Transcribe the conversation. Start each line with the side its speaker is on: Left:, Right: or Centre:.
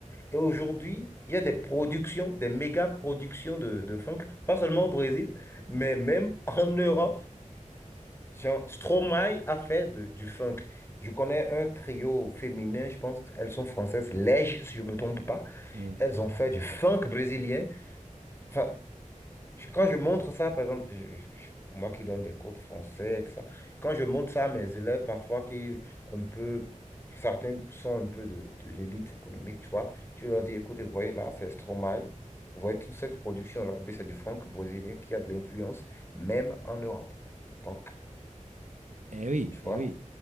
Left: et aujourd'hui, il y a des productions, des méga productions de, de funk, pas seulement au Brésil, mais même en Europe. Jean, Stromae a fait de- du funk. Je connais un trio féminin, je pense qu'elles sont françaises, Lège, si je ne me trompe pas.
Right: Oui.
Left: Elles ont fait du funk brésilien. Enfin, je- quand je montre ça, par exemple, je- je- je- moi qui donne des cours de français, et tout ça, quand je montre ça à mes élèves, parfois, qui un peu, certains sont un peu de, de l'élite économique, tu vois, je leur dis, écoutez, vous voyez là, c'est Stromae. Vous voyez toute cette production-là, ben, c'est du funk brésilien qui a de l'influence, même en Europe. Donc,
Right: Eh oui,
Left: tu vois.
Right: eh oui,